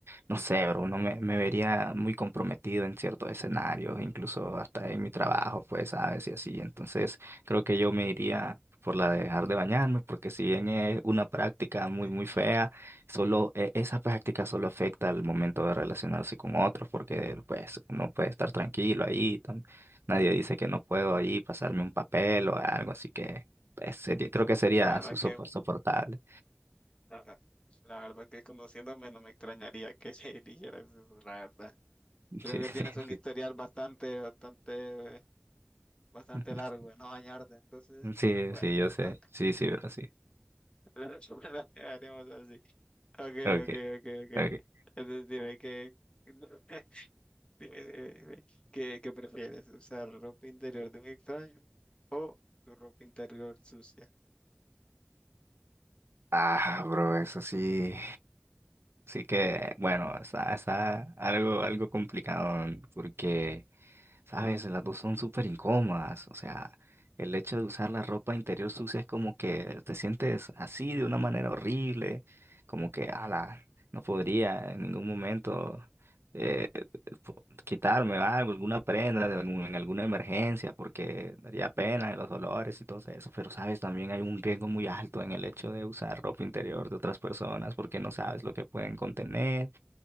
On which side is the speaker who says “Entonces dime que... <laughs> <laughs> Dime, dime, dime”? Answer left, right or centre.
Left